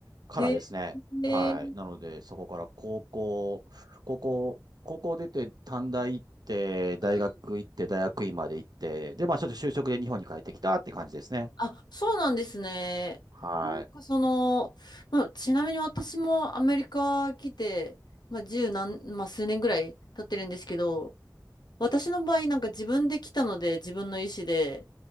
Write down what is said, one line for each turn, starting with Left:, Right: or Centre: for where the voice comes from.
Right: からですね。
Left: へえ。へー
Right: はい。なので、そこから高校、高校、高校出て短大行って、大学行って、
Left: うん
Right: 大学院まで行って、で、まあちょっと就職で日本に帰ってきたって感じですね。
Left: あ、そうなんですね。
Right: はい。
Left: なんかその、まあ、ちなみに私もアメリカ来て、まあ、十何、まあ、数年ぐらい経ってるんですけど、私の場合なんか自分で来たので自分の意思で、